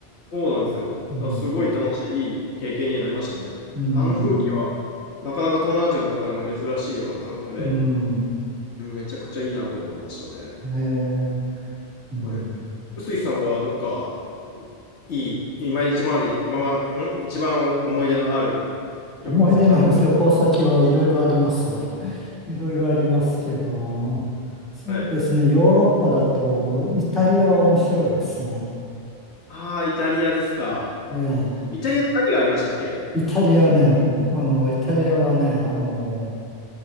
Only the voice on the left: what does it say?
そうなんですよ。
だからすごい楽しい、いい経験になりましたね。
あの風景は、なかなか東南アジアの中でも珍しいような感覚で、
うんめちゃくちゃいいなと思いましたね。
はい。臼井さんはどっか、いい、今一番まで、今は、ん一番思い出のある旅行先はどこですか
お、
はい。
ああ、イタリアですか。
イタリアって何がありましたっけ